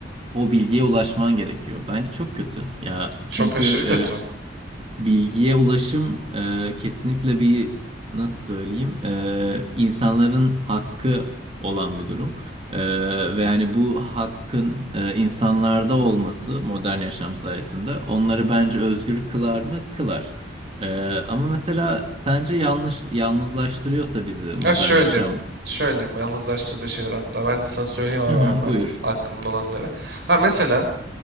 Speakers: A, on the right; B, on the right.
A: o bilgiye ulaşman gerekiyor. Bence çok kötü. Ya
B: Çok
A: çünkü
B: aşırı kötü.
A: e, bilgiye ulaşım e, kesinlikle bir nasıl söyleyeyim e, insanların hakkı olan bir durum. E, ve hani bu hakkın e, insanlarda olması modern yaşam sayesinde onları bence özgür kılar mı? Kılar. E, ama mesela sence yanlış yalnızlaştırıyorsa bizi modern
B: Ha şöyle
A: yaşam?
B: diyeyim. Şöyle diyeyim. Yalnızlaştırdığı şeyler hatta. Ben de sana söyleyeyim abi
A: Hı hı,
B: hemen
A: buyur.
B: aklımda olanları. Ha mesela